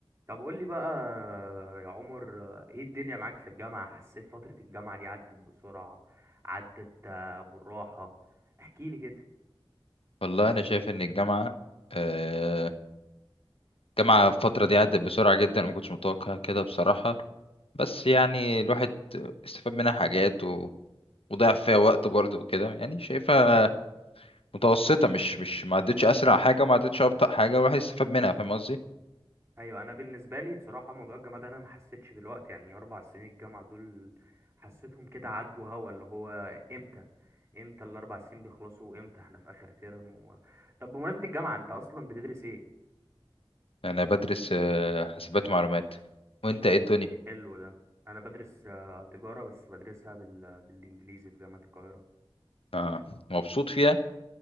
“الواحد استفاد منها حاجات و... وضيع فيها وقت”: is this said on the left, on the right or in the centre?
Left